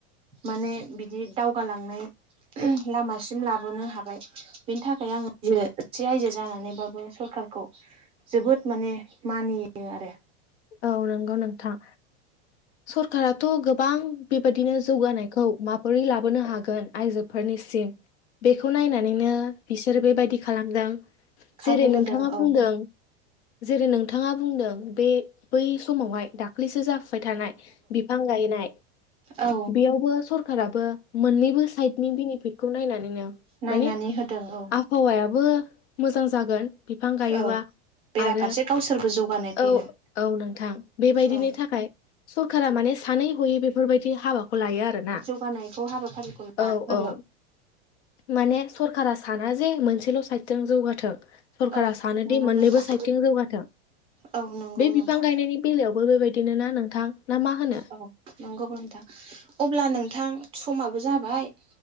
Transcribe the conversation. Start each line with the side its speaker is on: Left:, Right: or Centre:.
Right: माने बिदि दावगालांनाय लामासिम लाबोनो हाबाय। बेनि थाखाय आङो एसे आइजो जानानैबाबो सरखारखौ जोबोद माने मानियो आरो।
Left: औ नंगौ नोंथां। सरखाराथ' गोबां बेबायदिनो जौगानायखौ माबोरै लाबोनो हागोन आइजोफोरनिसिम बेखौ नायनानैनो बिसोरो बेबायदि खालामदों।
Right: खाबु
Left: जेरै नोंथाङा
Right: होदों
Left: बुंदों
Right: औ
Left: जेरै नोंथाङा बुंदों बे बै समावहाय दाख्लैसो जाफुबाय थानाय बिफां गायनाय
Right: औ
Left: बेयावबो सर राबो मोननैबो साइडनि बेनिफिटखौ नायनानैनो
Right: नायनानै
Left: माने
Right: होदों औ
Left: हौवायाबो मोजां जागोन बिफां गायोबा।
Right: औ बेराफारसे
Left: आरो
Right: गावसोरबो जौगानाय फैगोन
Left: औ औ नोंथां बेबायदिनि
Right: औ
Left: थाखाय सरकारा माने सानै हयै बेफोरबायदि हाबाखौ खौ लायो आरोना
Right: जौगानायखौ हाबाफारिखौ लादों
Left: औ
Right: आरो
Left: औ। माने सरकारा साना जे मोनसेल' साइदजों जौगाथों सरकारा
Right: औ
Left: सानो
Right: नंगौ
Left: दि मोननैबो
Right: नोंथां
Left: साइडथिं जौगाथों
Right: औ नंगौ
Left: बे
Right: नोंथां
Left: बिफां गायनायनि बेलायावबो बेबायदिनो ना नोंथां? ना मा होनो
Right: औ नंगौ नोंथां अब्ला नोंथां समाबो जाबाय